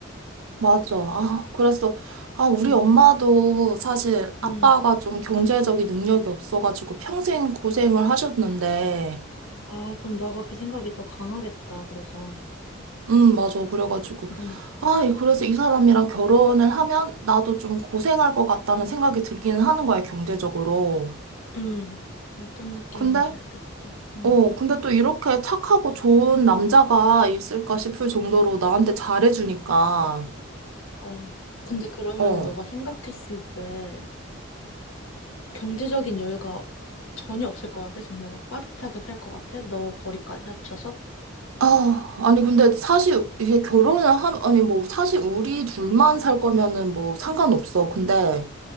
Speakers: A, on the right; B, on the left.
A: 맞아. 아, 그래서, 아, 우리
B: 음,
A: 엄마도 사실
B: 음.
A: 아빠가 좀 경제적인 능력이 없어가지고 평생 고생을 하셨는데,
B: 아, 그럼 너가 그 생각이 더 강하겠다, 그래서.
A: 음, 맞아. 그래가지고,
B: 음,
A: 아, 이- 그래서 이 사람이랑 결혼을 하면 나도 좀 고생할 것 같다는 생각이 들기는 하는 거야, 경제적으로.
B: 응. 어떤 느낌인지
A: 근데,
B: 알겠다. 음,
A: 어, 근데 또 이렇게 착하고 좋은 남자가 있을까 싶을 정도로 나한테 잘해주니까,
B: 어. 근데 그러면은
A: 어.
B: 너가 생각했을 때, 경제적인 여유가 전혀 없을 것 같아. 정말 막 빠듯하게 살 것 같아. 너 벌이까지 합쳐서
A: 아, 아니, 근데 사실 이게 결혼을 함, 아니, 뭐, 사실 우리 둘만 살 거면은 뭐 상관없어. 근데,